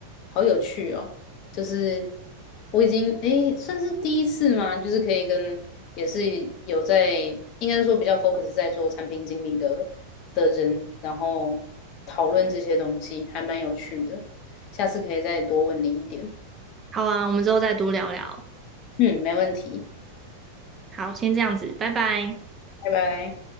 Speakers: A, on the left; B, on the right.
A: 好有趣哦！就是我已经诶，算是第一次嘛，就是可以跟也是有在，应该是说比较 focus 在做产品经理的的人，然后讨论这些东西，还蛮有趣的。下次可以再多问你一点。
B: 好啊，我们之后再多聊聊。
A: 嗯，没问题，
B: 好，先这样子，拜拜。
A: 拜拜。